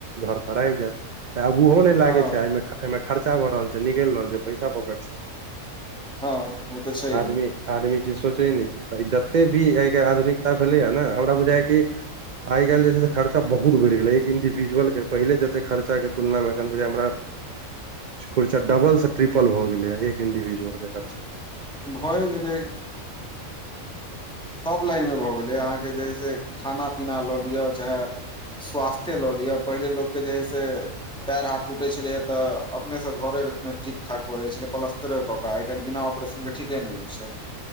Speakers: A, on the right; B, in the centre.
A: घर पर आब जायत ते आब ओहो नहि लागे
B: हँ
A: छै आइ एहिमे खर्चा भऽ रहल छै निगल रहल छै पैसा पोकट से
B: हँ, ओ तऽ छै
A: आदमी आदमी जे सोचै नहि छै तऽ ई जते भी एहिके आधुनिकता भेलैय ने हमरा बुझाइ छै आइ काल जे छै, सँ खर्चा बहुत बहुत बढ़ि गेलै एक इंडिविजुअल के पहिले जते खर्चा कऽ तुलनामे एख बुझी हमरा खुर्चा डबल से ट्रिपल भऽ गेलैए एक इंडिविजुअल के खर्चा
B: भए गेलै सभ लाइन मे भऽ गेलै अहाँ के जे से खाना पीना ल लिआ चाहे स्वास्थे लऽ लिआ पहिले लोक के जे हइ से पएर हाथ टूटै छलै हे त अपनेसँ घरे मे ठीक ठाक भऽ जाइत छलै पलस्तरे क के आइकाल बिना ऑपरेशन के ठीके ने है छै